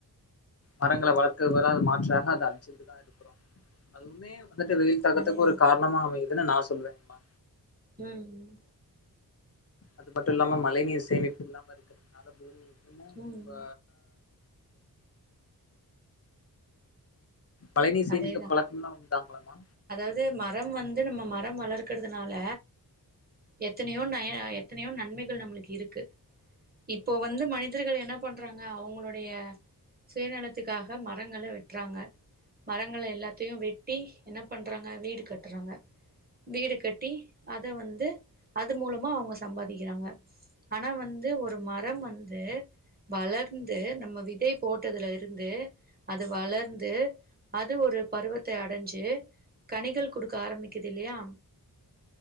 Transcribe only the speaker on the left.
மரங்கள வளர்க்க வரா மாற்றாக அத அழிச்சிட்டுதா இருக்குறோ அதுவ்மே வந்துட்டு வெயில் தாக்கத்துக்கு
ஒரு காரணமா அமையிதுனு நா சொ சொல்றேங்மா
அது மட்டு இல்லாம மழை நீர் சேமிப்பு இல்லாம இருக்கிறதுனால பூமி
ப்ப மழை நீர் சேமிக்க
பழக்கம்லா உண்டாங்களாமா